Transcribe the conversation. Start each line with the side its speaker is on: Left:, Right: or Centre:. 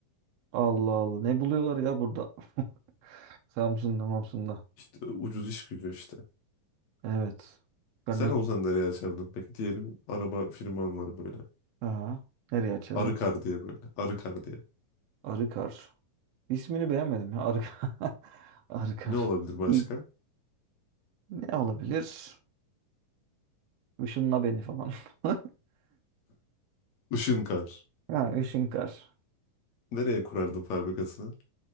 Right: Allah Allah. Ne buluyorlar ya burada? <laughs> Samsun'da, Mamsun'da.
Left: İşte ucuz iş gücü işte.
Right: Evet. Ya
Left: Sen
Right: güzel.
Left: olsan nereye açardın peki? Diyelim araba firman var böyle.
Right: Aha. Nereye açarım?
Left: Arıkar diye böyle. Arıkar diye.
Right: Arıkar. İsmini beğenmedim ya. Arıkar. <laughs> Arıkar.
Left: Ne olabilir başka?
Right: Bir ne olabilir? Işınla beni falan. <laughs>
Left: Işınkar.
Right: Ha, Işınkar.
Left: Nereye kurardın fabrikasını?